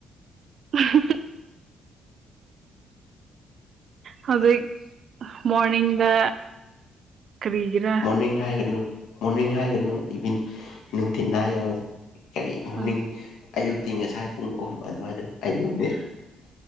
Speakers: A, on the right; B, on the left.
A: ꯎ <unintelligible> ꯍꯧꯖꯤꯛ ꯃꯣꯔꯅꯤꯡꯗ ꯀꯔꯤꯒꯤꯔꯥ
B: ꯃꯣꯔꯅꯤꯡ ꯍꯥꯏꯒꯅꯨ ꯃꯣꯔꯅꯤꯡ ꯍꯥꯏꯒꯅꯨ ꯏꯚꯅꯤꯡ ꯅꯨꯡꯊꯤꯤꯟ ꯍꯥꯏꯌ ꯀꯔꯤ ꯃꯣꯔꯅꯤꯡ
A: ꯎꯝ
B: ꯑꯌꯨꯛꯇꯤ ꯉꯁꯥꯏ ꯄꯨꯡ ꯑꯍꯨꯝ ꯑꯗꯨꯋꯥꯏ ꯑꯗꯨꯝ ꯑꯩ ꯌꯣꯟꯗꯤ